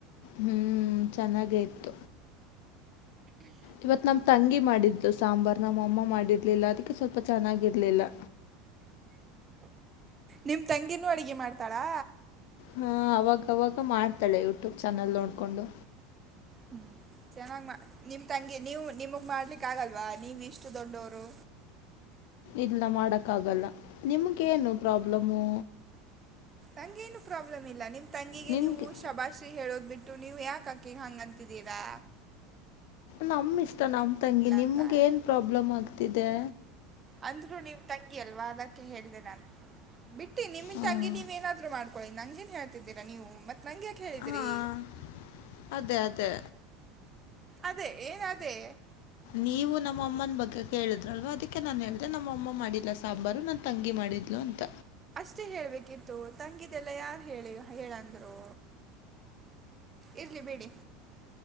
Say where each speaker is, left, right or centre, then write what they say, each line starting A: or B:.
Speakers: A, on the left; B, on the right.
A: ಹ್ಮ್ ಚೆನ್ನಾಗ ತೆ ಇವತ್ ನಮ ತಂಗಿ ಮಾಡಿದ್ದ್ು ಸಾಂಬಾರ್ ನ ಮಾಮ್ಮ ಮಾಡಿದ ಇಿಲ್ಲ ಅದಕ್ಕೆ ಸ್ವಲ್ಪ ಚೆನ್ನಾಗಿ ಇಲಲ
B: ನಿಮ ತಂಗಿಿನೂ ಅಡಗೆ ಮಾಡ್ತಾಳಾ
A: ಹಾ ಅವಾಗವಾಗ ಮಾಡ್ತಾಳೆ ಯೂಟ್ಯೂಬ್ ಚಾನಲ್ ನೋಡ್ಕೊಂಡು
B: ಹ್ಮ ಚೆನ್ನಾಗ್ ನಿಮ ತಂಗಿ ನೀವು ನಿಮಗ್ ಮಾಡ್ಲಿಕ್ ಆಗಲ್ವಾ ನೀವ ಇಷ್ಟು ದೊಡ್ಡವರು
A: ಇಲ್ಲ ಮಾಡಕ್ಕ ಆಗಲ್ಲ ನಿಮ್ಗ ಏನು ಪ್ರಾಬ್ಲಮು
B: ನಂಗೇನು ಪ್ರಾಬ್ಲಮ್ ಇಲ್ಲ ನಿಮ್ಮ ತಂಗಿಗೆ
A: ನಿಮ್ಗೆ
B: ನೀವು ಶಬಾಶ್ರಿ ಹೇಳೋದ್ ಬಿಟ್ಟು ು ನೀವ್ ಯಾಕಕ್ಕಿಗ ಹಂಗಂತಿದ್ದೀರಾ
A: ನಮ ಇಷ್ಟ ನಮ ತಂಗಿ ನಿಮ್ಗೆ
B: ಅಂತ
A: ಏನ್ ಪ್ರಾಬ್ಲಮ್ ಆಗ್ತಿದೆ
B: ಅಂದ್ರು ನೀವು ತಂಗಿ ಅಲ್ವಾ ಅದಕ್ಕೆ ಹೇಳ್ದ ನಾನ್ು ಬಿಟ್ಟಿ ನಿಮ
A: ಹಾಂ
B: ತಂಗಗೆ ನೀವ್ ಏನಾದ್ರು ಮಾಡ್ಿ ಳಿ ನಂ ೇನ್ ಹೇಳ್ತಿದ್ದೀಾ ನೀವು ಮತ್ತೆ ನಂ್ಯಾ ಹೇಳಿದ್ರಿ
A: ಹಾಂ ಅದೇ ಅದೇ
B: ಅದೇ ಏನ್ ಅದೇ
A: ನೀವು ನಮ್ಮ ಅಮ್ಮನ ಬಗ್ಗೆ ಕೇಳಿದ್ರಲ್ವ ಅದಕ್ಕೆ ನಾನನ್ ಹೇಳ್ದ ನಮ್ಮ ಅಮ್ಮ ಮಾಡಿಲ್ಲ ಸಾಂಬಾರು ನಾನು ತಂಗಿ ಮಾಡಿದ್ಲುು ಅಂತ
B: ಮಷ್ಟೆ ಹೇಳ್ಬೇಕಿತ್ತು ತಂಗಿದೆಲ್ಲ ಯಾರು ಹೇಳಿ ಹೇಳಂದ್ರು ಇರ್ಲಿ ಬಿೇಡಿ